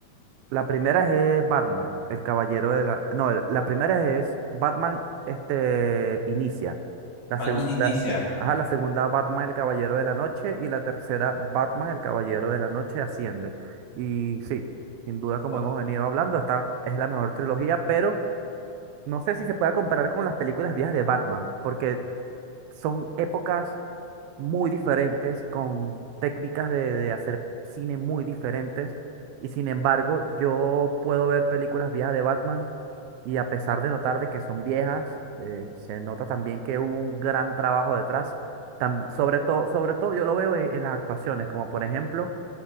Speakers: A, on the right; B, on the left.
A: La primera es Batman, el caballero de la... No, la primera es Batman, este, inicia. La
B: Batman
A: segunda,
B: Inicia.
A: ajá, la segunda Batman, el caballero de la noche. Y la tercera Batman, el caballero de la noche, asciende. Y sí, sin duda, como
B: Bueno,
A: hemos venido hablando, esta es la mejor trilogía, pero no sé si se puede comparar con las películas viejas de Batman, porque son épocas muy diferentes, con técnicas de, de hacer cine muy diferentes. Y sin embargo, yo puedo ver películas viejas de Batman y a pesar de notar de que son viejas, eh, se nota también que hubo un gran trabajo detrás. Tam- sobre todo, sobre todo yo lo veo en, en las actuaciones, como por ejemplo